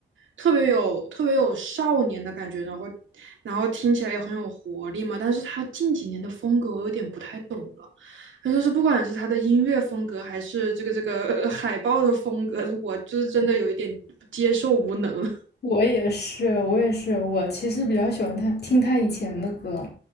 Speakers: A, on the right; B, on the left.
A: 特别有特别有少年的感觉，然后然后听起来也很有活力嘛。但是他近几年的风格我有点不太懂了，他就是不管是他的音乐风格，还是这个这个 <laughs> 海报的风格，我就是真的有一点接受无能。<laughs>
B: 我也是，我也是，我其实比较喜欢他听他以前的歌，